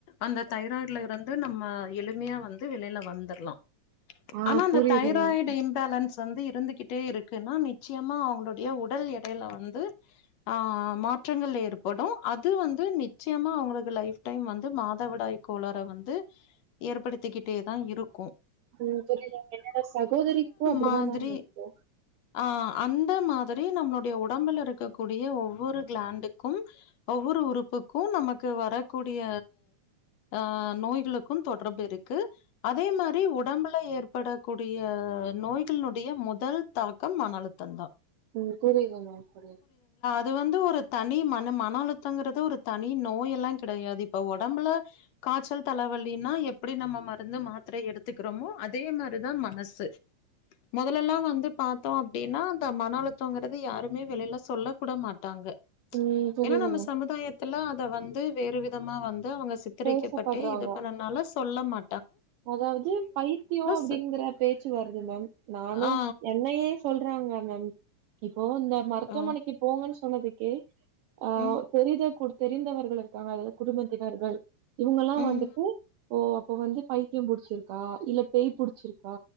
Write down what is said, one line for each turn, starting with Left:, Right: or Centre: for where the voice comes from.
Left: அந்த தைராய்ட்ல இருந் து நம்ம எளிமையா வந்து வெளியில வந்துட்லா
Right: ஆ
Left: ஆனா அந்த
Right: புரியுது
Left: தைராய்டு
Right: மேம்.
Left: இன்பேலன்ஸ் வந்து இருந்துகிட்டே இருக்கன்னா நிச்சயமா அவுங்களுடைய உடல் எடையில வந்து ஆஹ் மாற்றங்கள் ஏற்ப படோ அது வந்து நிச்சயமா அவுங்களுக்கு லைஃ டைம் வந்து மாதவிடாய் கோளற வந்து ஏற்படுத்திக்கிட்டே தா இருக்கோ
Right: உம் பரியுது மேம் என்னோட சகோதரிக்கும் அப்டிதா
Left: மாதிரி
Right: மேம் இருக்கு
Left: ஆ அந்த மாதிரி நம்மளுடைய உடம்பில் இருக்கக்கூடிய ஒவ்வொரு கிளாண்டு க்கும் ஒவ்வொரு உறுப்புக்கும் நமக்கு வரக்கூடிய ஆஹ் நோய்களுக்கும் தொடர்பு இருக்கு அதே மாரி உடம்புல ஏற்படக்கூடிய நோய்களுடைய முதல் தாக்கம் மன அழுத்தம் தா
Right: உம் புரியுது மேம் புரியுது
Left: அது வந்து ஒரு தன் நீ மன மன அழுத்தங்கறது ஒரு தனி நோய் எல்லாங் கெடயாது இப்ப ஒடம்புல காய்ச்சல் தலைவலின்னா எப்பிடி நம்ம மருந்து மாத்திரை எடுத்துக்கறோமோ அதே மாரிதா மனசு மொதலெல்லா வந்து பாத்தோ அப்டின்னா அந்த மன அழுத்தங்கறது யாருமே வெளில சொல்ல கூட மாட்டாங்க
Right: ம் புரியுது
Left: ஏன்னா நம்ம சமுதாய த்தில அத வந்து வேறு விதமா வந் து அவங்க சித்தரிக்கப்பட்டே
Right: பேசப்படுறாங்க
Left: இது பண்ணனால சொல்ல மா
Right: அதாவது பைத்தியோ அப்டிங்கற
Left: ஸ்
Right: பேச்சு வருது மேம் நானும்
Left: ஆ,
Right: என்னையே சொல்றாங்க மேம் கி இப்போ இந்த மருத்துவமனைக்கு
Left: ஆ,
Right: போங்கன் ஸ் சொன்னதுக்கே ஆஹ்
Left: ம்,
Right: தெரிதே குடு தெரிந்தவர்கள் இருக்காங்க அதாவது குடும்பத்தினர்கள் இவுங்கெல்லா
Left: ம்.
Right: வந்துட்டு ஓ அப்ப வந்து பைத்தியம் புடிச்சிருக்கா இல்ல பேய் புடிச்சிருக்கா